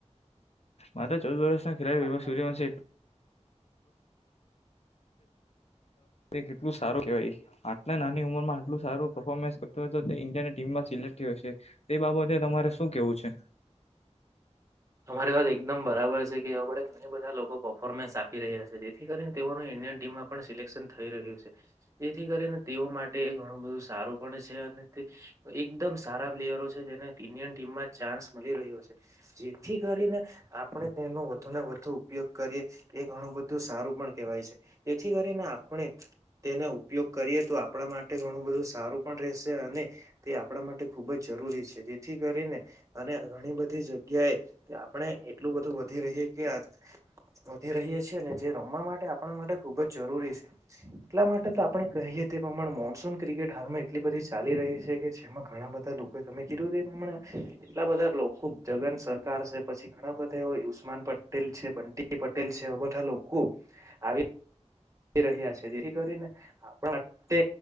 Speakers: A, on the left; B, on the right.
A: માત્ર ચૌદ વર્ષના ખેલાડી
B: વાઈફાઈ
A: વિભવ સૂર્યવંશી કેટલું સારું કેવાય આટલા નાની ઉંમર માં આટલું સારું પરફોર્મન્સ કરતો હોય તો તે ઇન્ડિયાની ટીમમાં સિલેક્ટ થયો હશે તે બાબતે તમારે શું કેવું છે,
B: અમારી વાત એકદમ બરાબર છે કે એવા આપડે ઘણી બધા લોકો પર્ફોર્મન્સ આપી રહ્યા છે, તેથી કરીને તેઓનું ઇન્ડિયન ટીમમાં પણ સિલેક્શન થઈ રહ્યું છે, જેથી કરીને તેઓ માટે ઘણું બધું સારું પણ છે, અને તે એકદમ સારા પ્લેયરો છે, જેને ઇન્ડિયન ટીમમાં ચાન્સ મળી રહ્યો છે, ઠી કરીને આપણે તેનો વધુ ને વધુ ઉપયોગ કરીએ એ ઘણું બધું સારું પણ કેહેવાય છે, જેથી કરીને આપણે તેનો ઉપયોગ કરીએ તો આપ આપણા માટે ઘણું બધું સારું પણ રહેશે અને તે આપણા માટે ખુબ જ જરૂરી છે, જેથી કરીને અને ઘણી બધી જગ્યા કે આપણે એટલું બધું વધી રહી કે વધી રહીએ છીએ ને જે રમવા માટે આપણા માટે ખુબ જ જરૂરી છે, એટલા માટે તો આપણે કહીએ તે પ્રમાણે મોન્સૂન ક્રિકેટ હાલમાં એટલી બધી ચાલી રહી છે કે જેમાં ઘણા બધા લોકો તમે કીધું હમણાં એટલા બધા લોકો જગન સર છે, પછી ઘણા બધા એ યસ્માન પટેલ છે બંટી પટેલ છે એ બધા લોકો આવી રહ્યા છે જેથી કરીને આપણા તે